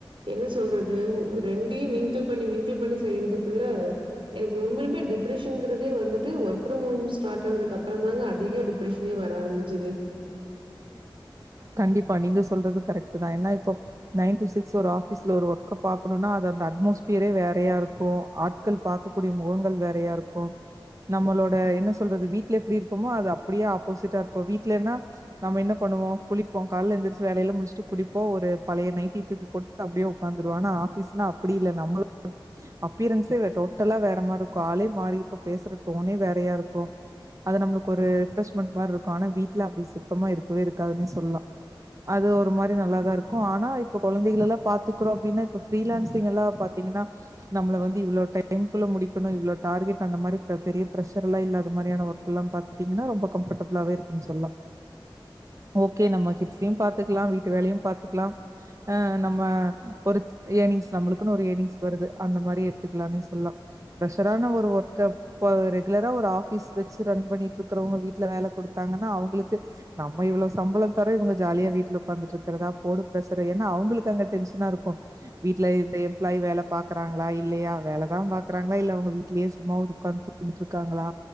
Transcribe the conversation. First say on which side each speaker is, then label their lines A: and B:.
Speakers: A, on the right; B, on the right.
A: என்ன சொல்றது ரெண்டையும் மிங்கிள் பண்ணி மிங்கிள் பண்ணி செய்யறதுக்குள்ள எனக்கு உண்மைலுமே டிப்ரெஷன்ங்கிறதே வந்துட்டு ஒர்க் ஃப்ரம் ஹோம் ஸ்டார்ட் ஆனதுக்கு அப்புறம் தாங்க அதிக டிப்ரெஷனே வர ஆரம்பிச் சது
B: கண்டிப்பா நீங்க சொல்றது கரெக்ட் தான் ஏனா இப்போ நைன் டு சிக்ஸ் ஒரு ஆபீஸ்ல ஒரு ஒர்க்க பாக்ரோனா அது அந்த அட்மோஸ்பியரே வேறயா இருக்கு ஆட்கள் பாக்ககூடிய முகங்கள் வேறயா இருக்கு நம்மளோட என்ன சொல்றது வீட்ல எப்டி இருப்போ அது அப்டியே ஆப்போசிட்டா இருப்போ வீட்லேனா நம்ம என்ன பண்ணுவோ குளிப்போம் காலேல எந்துருச்சு வேலையல்லாம் முடிச்சுட்டு குளிப்போம் ஒரு பழைய நைட்டி தூக்கி போட்டு அப்டியே உட்காந்துருவோ ஆனா ஆஃபீஸ்னா அப்டி இல்ல நம்மள அப்பியரன்ஸே வே டோட்டலா வேற மாரி இருக்கும் ஆளே மாறிர்ப்போ பேசுற டோனே வேறய இருக்கு அது நம்மளுக்கு ஒரு ரெஃப்ரெஷ்மண்ட் மாரி இருக்கு ஆனா வீட்ல அப்டி சுத்தமா இருக்கவே இருக்குதுனே சொ சொல்லாம் அது ஒரு மாரி நல்லாதாருக்கும் ஆனா இப்ப கொழந்தைகலல்லாம் பாத்துக்குறோ அப்டினா இப்ப ப்ரீலான்சிங் எல்லாம் பாத்தீங்கனா நம்மள வந்து இவ்ளோ டைம்குள்ள முடிக்குனு இவ்வளவு டார்கெட் அந்த மாரி பெரிய பிரஷர் எல்லாம் இல்லாத மாரியான ஒர்க்ல்லாம் பாத்துட்டீங்கன்னா ரொம்ப கம்ஃபர்டபிளாவே இருக்குன்னு சொல்லாம் ஓகே நம்ம கிட்ஸ்சையும் பாத்துக்கலாம் வீட்டு வேலயும் பாத்துக்கலாம் ஆ நம்ம ஒரு இயர்னிங்ஸ் நம்மளுக்குனு ஒரு இயர்னிங்ஸ் வருது அந்த மாரி எடுத்துக்கலானே சொல்லாம் ப்ரெஷரான ஒரு ஒர்க்க இப்ப ரெகுலரா ஒரு ஆஃபீஸ் வச்சு ரன் பண்ணிட்டு இருக்கறவுங்க வீட்ல் வேல குடுத்தாங்கனா அவுங்களுக்கு நம்ம இவ்ளோ சம்பளம் தர இவுங்க ஜாலியா வீட்ல உக்காந்துட்டு இருக்கறதா போடு பிரஷர ஏனா அவுங்களுக்கு அங்க டென்ஷனா இருக்கு வீட்ல இந்த எம்ப்ளாயி வேல பாக்றாங்களா இல்லயா வேலதான் பாக்குறாங்களா இல்ல அவுங்க வீட்லயே சும்மாவாது உக்காந்து தூங்கிட் இருக்காங்களா